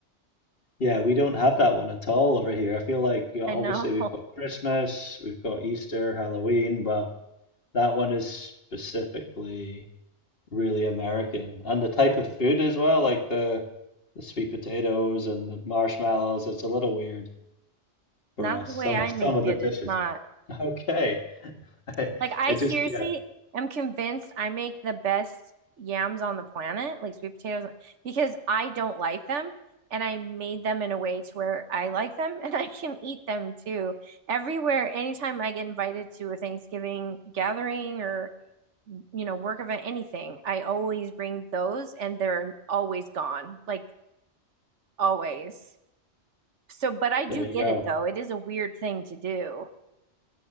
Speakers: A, on the left; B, on the right.
A: Yeah, we don't have that one at all over here. I feel like yeah, obviously
B: I know.
A: we've got
B: <laughs>
A: Christmas, we've got Easter, Halloween, but that one is specifically. really American. And the type of food as well, like the the sweet potatoes and the marshmallows, it's a little weird for
B: Not
A: us,
B: the way
A: some
B: I
A: <laughs>
B: make
A: some of
B: it.
A: the dishes.
B: It's not.
A: <laughs> Okay. I,
B: Like I
A: I just
B: seriously
A: yeah,
B: am convinced I make the best yams on the planet, like sweet potatoes, because I don't like them and I made them in a way to where I like them <laughs> and I can eat them too. Everywhere, anytime I get invited to a Thanksgiving gathering or you know, work event, anything, I always bring those and they're always gone. Like always. So, but I do
A: there you
B: get
A: go.
B: it though. It is a weird thing to do.